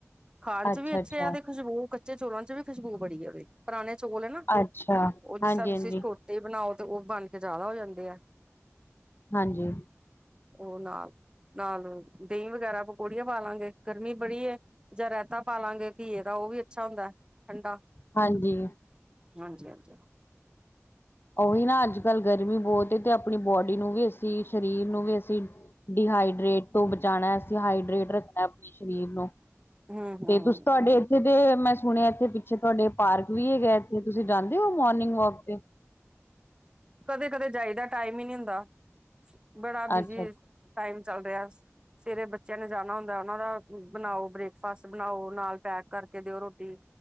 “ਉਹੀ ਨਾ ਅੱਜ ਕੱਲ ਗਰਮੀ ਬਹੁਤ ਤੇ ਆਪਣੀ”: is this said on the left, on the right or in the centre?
Left